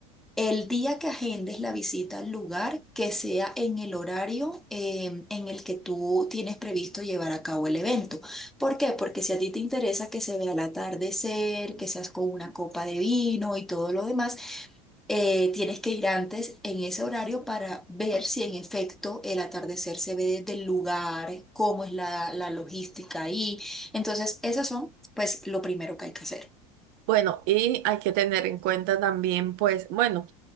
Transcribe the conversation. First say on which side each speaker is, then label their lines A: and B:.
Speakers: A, in the centre; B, on the right.
A: El día que agendes la visita al lugar, que sea en el horario eh, en el que tú tienes previsto llevar a cabo el evento. ¿Por qué? Porque si a ti te interesa que se vea el atardecer, que seas con una copa de vino y todo lo demás, eh, tienes que ir antes en ese horario para ver si en efecto el atardecer se ve desde el lugar, cómo es la, la logística ahí. Entonces, esas son, pues, lo primero que hay que hacer.
B: Bueno, y hay que tener en cuenta también, pues, bueno,